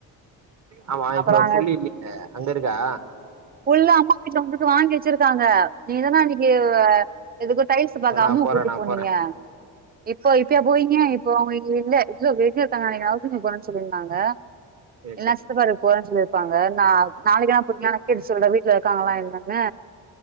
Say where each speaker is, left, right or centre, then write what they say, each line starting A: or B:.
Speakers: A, on the right (about 40°); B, on the right (about 25°).
A: ஆமா
B: அப்புறம்
A: இப்ப
B: அங்க
A: ஃபுல்லில்லியே அங்கருக்கா
B: ஃபுல் அம்மா வீட்ல வந்துட்டு வாங்கி வச்சிருக்காங்க நீங்கதான அன்னக்கி எதுக்கோ டைல்ஸு பாக்க
A: சரி நா
B: அம்முவ
A: போறே
B: கூட்டுபோனீங்க
A: நா போறே
B: இப்போ இப்பயா போவீங்க இப்போ அவுங்க இங்க இல்ல எங்கயோ வெளியருக்காங்கன் நெனக்கிறே <unintelligible> சொல்லிருந்தாங்க
A: சேரி
B: இல்லனா
A: சேரி
B: சித்தப்பா வீட்டுக்கு போறன் சொல்லி ப்பாங்க நா நாளக்கி வேணா போறிங்ளா நா கேட்டு சொல்றே வீட்ல இருக்காங்ளா என்னனு